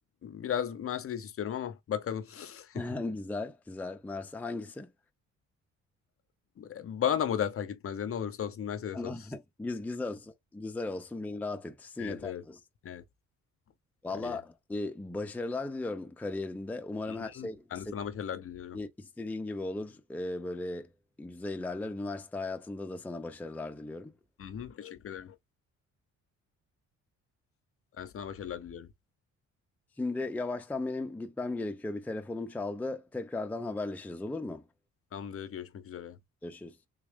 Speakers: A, on the left; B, in the centre.
A: biraz Mercedes istiyorum ama bakalım. <laughs>
B: <laughs> Güzel, güzel. Mersi hangisi?
A: E, Bana da model fark etmez ya. Ne olursa olsun Mercedes
B: <laughs>
A: olsun.
B: Güz, güzel olsun. Güzel olsun. Beni rahat ettirsin
A: Evet,
B: yeter.
A: evet.
B: diyorsun.
A: Evet,
B: Valla
A: öyle.
B: e, başarılar diliyorum kariyerinde. Umarım
A: Hı hı.
B: her şey
A: Ben
B: senin
A: de sana başarılar diliyorum.
B: istediğin gibi olur. E, böyle güzel ilerler. Üniversite hayatında da sana başarılar diliyorum.
A: Hı hı, teşekkür ederim. Ben sana başarılar diliyorum.
B: Şimdi yavaştan benim gitmem gerekiyor. Bir telefonum çaldı. Tekrardan haberleşiriz olur mu?
A: Tamamdır, görüşmek üzere.
B: Görüşürüz.